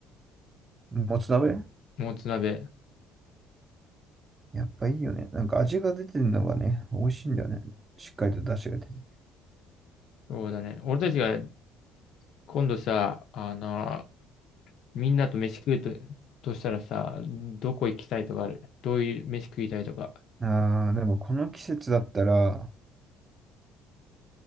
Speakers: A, on the right; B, on the left.
A: もつ鍋
B: もつ鍋。
A: やっぱいいよね。なんか味が出てるのがね、美味しいんだよね。しっかりと出汁が出てて。
B: そうだね。俺たちが今度さ、あの、みんなと飯食うと、としたらさ、どこ行きたいとかあるどういう飯食いたいとか。
A: ああ、でもこの季節だったら、